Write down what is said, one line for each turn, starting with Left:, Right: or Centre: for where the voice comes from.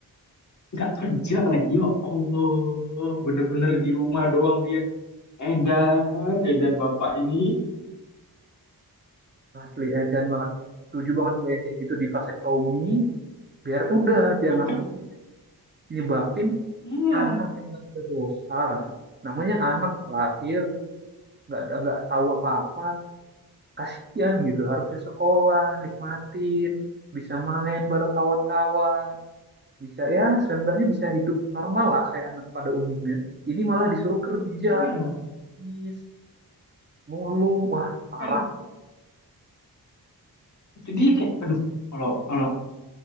Left: nggak kerja lagi ya Allah bener-bener di rumah doang dia edan edan bapak ini
Right: asli edan banget setuju banget gue yang kayak gitu di vasektomi biar udah
Left: <laughs>
Right: jangan lagi nyebabin
Left: iya
Right: anak yang nggak ada dosa kan namanya anak ya, lahir nggak nggak tahu apa-apa kasian gitu harusnya sekolah nikmatin bisa main bareng kawan-kawan bisa ya seenggaknya bisa hidup normal lah kayak anak pada umumnya ini malah disuruh kerja
Left: iya
Right: bisnis mulung wah parah
Left: kan jadi kayak aduh kalau kalau